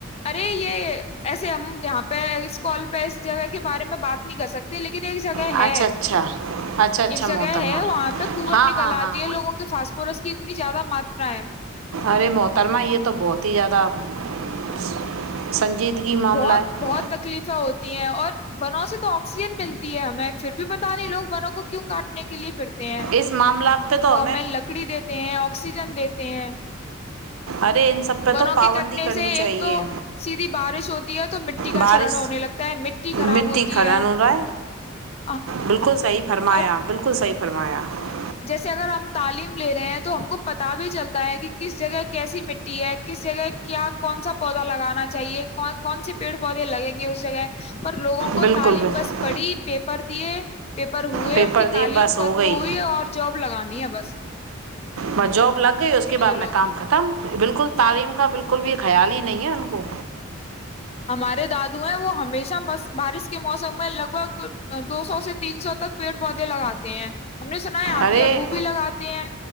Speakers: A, on the left; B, on the right.
A: ارے یہ ایسے ہم یہاں پہ اس کال پہ اس جگہ کے بارے میں بات نہیں کر سکتے لیکن <unintelligible> ایک جگہ
B: اچھا
A: ہے
B: اچھا اچھا اچھا
A: ایک جگہ
B: محترمہ
A: ہے وہاں پہ کوٹ
B: ہاں
A: نکل
B: ہاں
A: آتی
B: ہاں
A: ہے لوگوں کے فاسپورس کی اتنی <unintelligible> زیادہ ماترا ہے <unintelligible>
B: ارے محترما یہ تو بہت ہی زیادہ <unintelligible> معاملہ
A: بہت
B: ہے
A: بہت تکلیفیں ہوتی <unintelligible> ہے اور بنوں سے تو آکسیجن ملتی ہے ہمیں پھر بھی پتا نہیں لوگ بنوں کو کیوں کاٹنے کے لیے پھر <unintelligible>
B: اس معاملات پہ تو
A: وہ ہمیں لکڑی دیتے ہیں آکسیجن دیتے ہیں <unintelligible>
B: ارے ان سب پہ
A: بنوں
B: تو پابندی
A: کی کٹنے
B: کرنی
A: سے
B: چاہیے
A: ایک تو سیدھی بارش ہوتی <unintelligible> ہے تو مٹی کا
B: بارش
A: چرن ہونے لگتا ہے مٹی خراب
B: مٹی
A: ہوتی
B: کھنن
A: ہے
B: ہو
A: <unintelligible>
B: رہا بالکل صحیح فرمایا
A: اور
B: بالکل <unintelligible> صحی فرمایا <unintelligible>
A: جیسے اگر ہم تعلیم لے رہے ہیں تو ہم کو پتا بھی چلتا ہے کہ کس جگہ کیسی مٹی ہے کس جگہ کیا کون سا پودا لگانا چاہیے کون سے پیڑ پودے لگیں گے اس جگہ <unintelligible> پر لوگوں کو
B: بالکل
A: تعلیم
B: بالکل
A: بس پڑی پیپر <unintelligible> دیے <inaudible> پیپر ہوئے
B: پیپر
A: ان کی
B: دیے
A: تعلیم
B: بس ہو
A: ختم
B: گئی
A: ہوئی اور لگانی ہے بس
B: بس جاب لگ گئی اس کے
A: یہ
B: بعد میں
A: لوگ
B: کام ختم بالکل تعلیم کا بالکل بھی خیال ہی نہیں ہے ان کو
A: ہمارے دادو ہیں وہ ہمیشہ ب بارش کے موسم میں لگ بھگ دو سو سے تین سو تک پیڑ پودے لگاتے ہیں ہم نے سنا ہے آپ
B: ارے
A: کے ابو بھی لگاتے ہیں